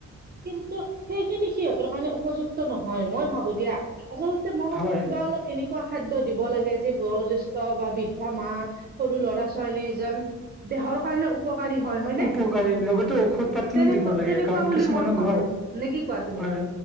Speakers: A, on the right; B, in the centre.
A: কিন্তু সেইখিনি সিহঁতৰ কাৰণে উপযুক্ত নহয় মই ভাবো দিয়া আচলতে মই ভাৱো
B: হয়
A: কিবা অলপ এনেকুৱা খাদ্য দিব লাগে যে বয়োজ্যেষ্ঠ বা বৃদ্ধা মা সৰু ল'ৰা ছোৱালী যেন দেহৰ কাৰণে উপকাৰী হয় হয়নে
B: উপকাৰী লগতে ঔষধ পাতিও
A: তেনেকুৱা
B: দিব লাগে
A: তেনেকুৱা
B: কাৰণ
A: বুলি
B: কিছুমানৰ
A: মই ভাবো
B: ঘৰত
A: নে কি কোৱা তুমি?
B: হয়